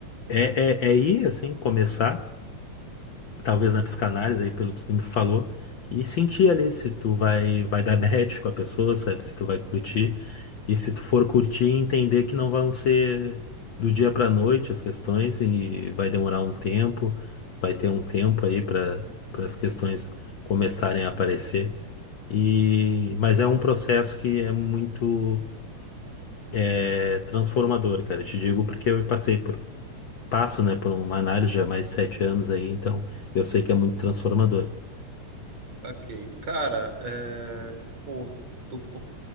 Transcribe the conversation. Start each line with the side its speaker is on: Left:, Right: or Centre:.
Left: é, é, é ir assim, começar talvez na psicanálise aí, pelo que tu me falou, e sentir ali se tu vai, vai dar match com a pessoa, sabe? Se tu vai curtir. E se tu for curtir, entender que não vão ser do dia pra noite as questões e vai demorar um tempo, vai ter um tempo aí para para as questões começarem a aparecer. E mas é um processo que é muito é, transformador, cara. Eu te digo porque eu passei por passo, né, por uma análise já há mais de sete anos aí, então eu sei que é muito transformador.
Right: Ok. Cara, é... pô, tu- pô,